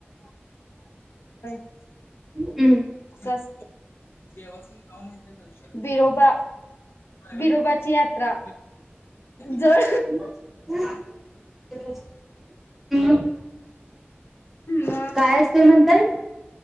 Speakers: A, on the left; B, in the centre.
A: <unintelligible>
B: हम्म. <unintelligible>
A: <unintelligible> विरोबा विरोबाची यात्रा.
B: <inaudible>
A: जळ मग
B: काय असते म्हणतायत?